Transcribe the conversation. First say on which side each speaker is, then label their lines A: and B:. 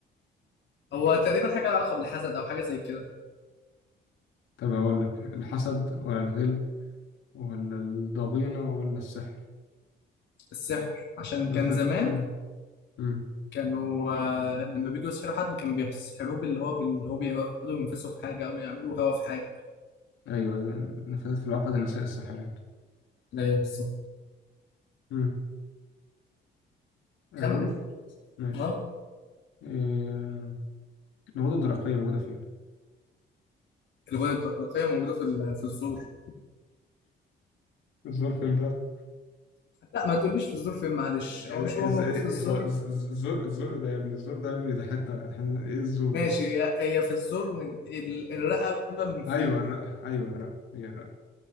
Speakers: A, on the left (about 65°); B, on the left (about 85°).
A: هو تقريبا حاجة لها علاقة بالحسد أو حاجة زي كده
B: طب هقول لك الحسد ولا الغل ولا الضغينة ولا السحر
A: السحر عشان
B: نف...
A: كان زمان
B: مم. مم.
A: كانوا آه، لما بيجوا يسحلوا حد كان بيسحلوه باللي هو باللي هو بيقعدوا ينفسوا في حاجه او يعملوا هوا في حاجه
B: ايوه نفثت في العقد نساء الساحرات
A: ايوه بالظبط
B: مم. اقول
A: كمل
B: ماشي
A: اه
B: إيه... الغدة الدرقية موجودة فين
A: الغده الدرقيه موجوده في ال- في الزور
B: الظرف ده
A: لا ما تقوليش في الزور فين معلش
B: ال-
A: هو مش
B: ازاي
A: هو موجود في الزور
B: هو الز- الز- الزرق الزرق ده يا ابني الزرق ده يا ابني ده حته حتة- ايه الزرق
A: ماشي
B: ده
A: هي هي في الزور من ال- الرقبه من فوق
B: ايوه الرق ايوه الرق هي الرق